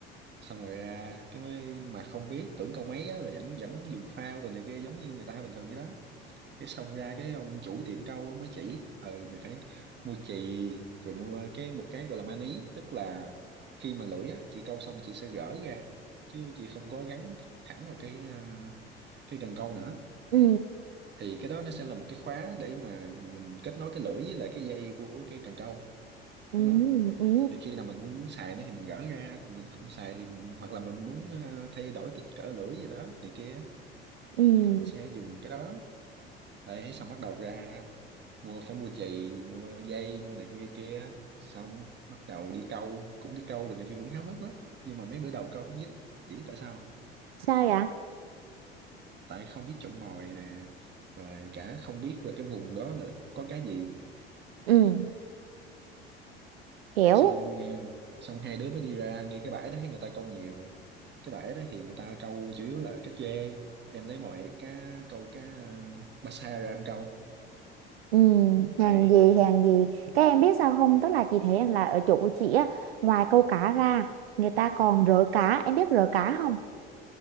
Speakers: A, on the right; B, on the right.
A: xong rồi ra cái mới mà không biết tưởng câu máy á, là vẫn vẫn dùng phao đồ này kia giống như người ta bình thường vậy đó cái xong ra cái ông chủ tiệm cau mới chỉ ừ mày phải mua chì rồi mua cái một cái gọi là maní tức là khi mà lưỡi á chị cau xong chị sẽ gỡ ra chứ chị không có gắn thẳng vào cái ờ, cái cần câu nữa
B: ừ
A: thì cái đó nó sẽ là một cái khóa để mà mình kết nối cái lưỡi với lại cái dây của cái cần câu
B: ừ
A: đúng không
B: ừ
A: thì khi nào mình muốn xài nó thì mình gỡ ra còn mình không xài thì mình- hoặc là mình muốn ờ, thay đổi kích cỡ lưỡi gì đó này kia
B: ừ
A: thì mình sẽ dùng cái đó đấy xong bắt đầu ra mua phải mua chì mua dây mua này kia kia xong bắt đầu đi câu cũng đi câu rồi này kia cũng háo hức lắm nhưng mà mấy bữa đầu câu không dính chỉ biết tại sao
B: sao vậy
A: tại không biết chọn mồi nè rồi cả không biết là cái vùng đó là có cái gì
B: ừ kiểu
A: xong eh, xong hai đứa mới đi ra ngay cái bãi đó thấy người ta câu nhiều cái bãi đó thì người ta câu chủ yếu là cá trê em lấy mọi cá câu cá uh, ba sa ra em câu
B: ừ
A: đấy
B: hàng gì hàng gì các em biết sao không tức là chị thấy em là ở chỗ của chị á ngoài câu cá ra người ta còn rỡ cá em biết rỡ cá không